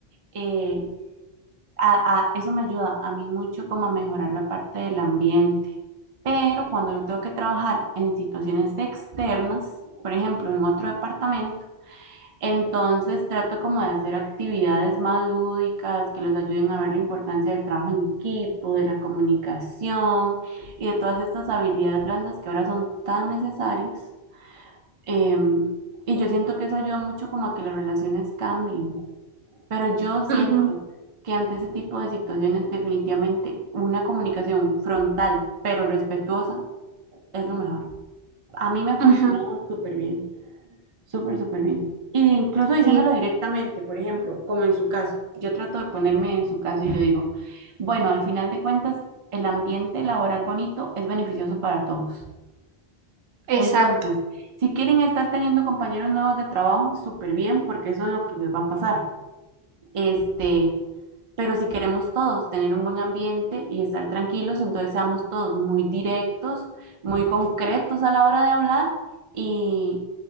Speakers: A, on the right (about 40°); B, on the right (about 85°).
A: eh, a- a- eso me ayuda a mí mucho como a mejorar la parte del ambiente. Pero cuando yo tengo que trabajar en situaciones externas, por ejemplo, en otro departamento, entonces trato como de hacer actividades más lúdicas que los ayuden a ver la importancia del trabajo en equipo, de la comunicación y de todas estas habilidades blandas que ahora son tan necesarias. Em, y yo siento que eso ayuda mucho como a que las relaciones cambien. Pero yo siento
B: Ujú,
A: que ante ese tipo de situaciones definitivamente una comunicación frontal pero respetuosa es lo mejor. A mí me funcionaba
B: ujú,
A: súper bien, súper, súper bien. E incluso diciéndolo
B: sí,
A: directamente, por ejemplo, como en su caso, yo trato de ponerme en su caso y yo digo, bueno, al final de cuentas, el ambiente laboral bonito es beneficioso para todos.
B: exacto.
A: Entonces, si quieren estar teniendo compañeros nuevos de trabajo, súper bien, porque eso es lo que les va a pasar. Este, pero si queremos todos tener un buen ambiente y estar tranquilos, entonces seamos todos muy directos, muy concretos a la hora de hablar y,